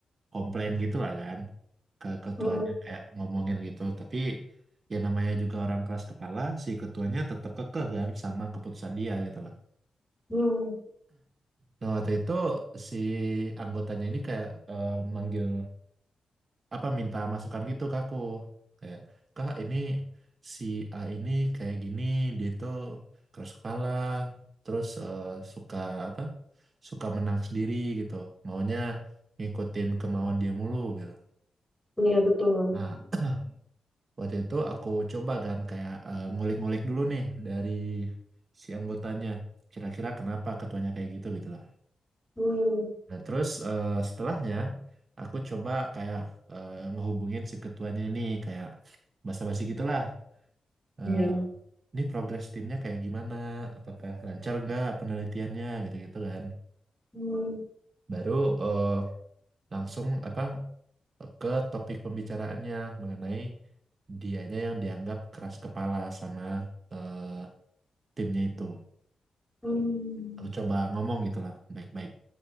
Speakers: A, on the right; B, in the centre.
A: komplain gitu lah kan ke ketuanya
B: hmm,
A: kayak ngomongin gitu tapi ya namanya juga orang keras kepala si ketuanya tetap kekeh kan sama keputusan dia gitu loh
B: hmm.
A: nah waktu itu si anggotanya ini kayak eh, manggil apa minta masukan gitu ke aku kayak kak ini si A ini kayak gini dia tuh keras kepala terus eh, suka apa suka menang sendiri gitu maunya ngikutin kemauan dia mulu gitu
B: Iya betul.
A: nah <clears throat> Waktu itu aku coba kan kayak eh, ngulik-ngulik dulu nih dari si anggotanya. Kira-kira kenapa ketuanya kayak gitu gitu lah.
B: Hmm,
A: Nah, terus eh, setelahnya aku coba kayak eh, ngehubungin si ketuanya ini kayak basa-basi gitulah. Eh,
B: ya
A: ini progres timnya kayak gimana? Apakah lancar nggak penelitiannya gitu-gitu kan.
B: Hmm,
A: Baru eh, langsung apa ke topik pembicaraannya mengenai dianya yang dianggap keras kepala sama eh, timnya itu.
B: hmm,
A: Aku coba ngomong gitu lah, baik-baik.